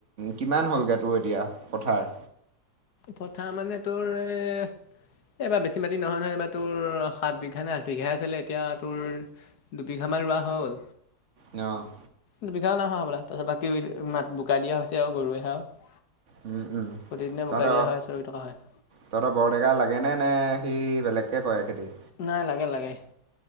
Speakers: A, on the right; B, on the left.
A: কিমান হ'লগৈ তোৰ এতিয়া পথাৰ
B: পথাৰ মানে তোৰ এ এইবাৰ বেছি মাটি নহয় নহয় এইবাৰ তোৰ সাত বিঘা নে আঠ বিঘাই আছিলে এতিয়া তোৰ দুবিঘামা ৰোৱা হ'ল।
A: অ',
B: দুবিঘাও নাই হোৱা হবলা তাৰছত বাকী বোকা দিয়া হৈছে আৰু গৰুৱে হে আৰু।
A: উম উম।
B: প্ৰতিদিনে
A: তহঁতৰ
B: বোকাই দিয়া হয় আছে ৰুই থকা হয়।
A: তহঁতৰ বৰডেকা লাগেনে নে সি বেলেগকে কৰে খেতি?
B: নাই লাগে- লাগে।